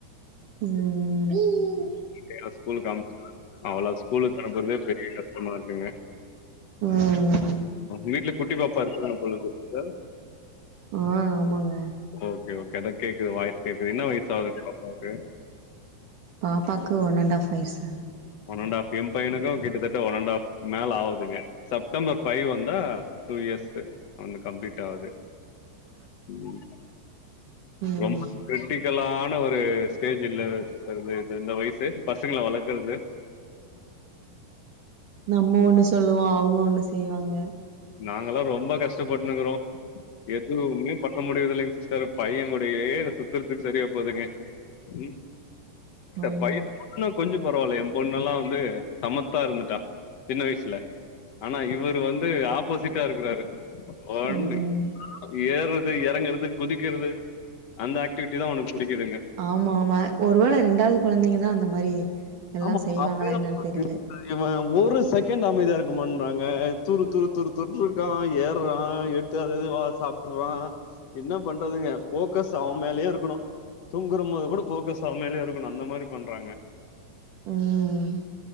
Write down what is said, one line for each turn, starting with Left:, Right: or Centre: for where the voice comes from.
Right: ம் ம்
Left: இப்பயே நா ஸ்கூலுக்கு அம்சாசி அவலா ஸ்கூலுக்கு அனுப்புறதே பெரிய கஷ்டமா இருக்குங்க
Right: ம் ம்
Left: வீட்ல குட்டி பாப்பா இருக்காங்க போல இருக்கு சிஸ்டர்
Right: ஆ ஆமாங்க
Left: ஓகே ஓகே அதா கேக்குது வாய்ஸ் கேக்குது என்ன வயசு ஆகுது பாபாக்கு
Right: பாப்பாக்கு ஒன் அண்ட் ஹாஃப் வயசு
Left: ஒன் அண்ட் ஹாஃப் எம் பைனுக்கு கிட்டத்தட்ட ஒன் அண்ட் ஹாஃப் மேல ஆகுதுங்க செப்டம்பர் ஃபைவ் வந்தா டூ இயர்ஸ்சு அவனுக்கு கம்ப்ளீட் ஆகுது ம்
Right: ம்
Left: ரொம்ப கிரிட்டிக்கலான ஒரு ஸ்டேஜ்ல இது இந்த வய சு பசங்கள வளர்க்கறது
Right: நம்ப ஒண்ணு சொல்லுவோ அவுங்க ஒண்ணு செய்வாங்க
Left: நாங்கல்லா ரொம்ப கஷ்டப்பட்னுக்குறோ எதுமே பண்ண முடியுது இல்லைங்க சிஸ்டர் பையன் கூடே நா சுத்றதுக்கு செரியா போதுங்க ம்
Right: ஆமாங்க
Left: <inaudible> பையன இன்னு கொஞ்ச பரவாயில்ல என் பொண்ணு எல்லா வந்து சமத்தா இருந்துட்டா சின்ன வயசுல ஆனா இவர்ரு வந்து ஆப்போசிட்டா இருக்குறாரு ஒன்னு
Right: ம்
Left: ஏற து இறங்கிறது குதிக்கிறது அந்த ஆக்டிவிட்டி தா அவனுக்கு புடிக்குதுங்க
Right: ஆமா ஆமா ஒருவேள ரெண்டாவது கொழந்தைங்க தா அந்த மாரி எல்லா
Left: ஆமா
Right: செய்வாங்களா
Left: அப்டே தா
Right: என்னன்னு தெரில
Left: <inaudible> இவன் ஒரு செகண்ட் அமைதியா இருக்கமாட்றாங்க துரு துரு துரு துருன் இருக்கா ஏர்றா எடுத் து அது இது வா சாப்ட்டுர்றா என்னா பண்றதுங்க போக்கஸ் அவன் மேலே இருக்கணு துங்குறமோது கூட போகஸ் அவன் மேலே இருகனு அந்த மாரி பண்றாங்க
Right: ம்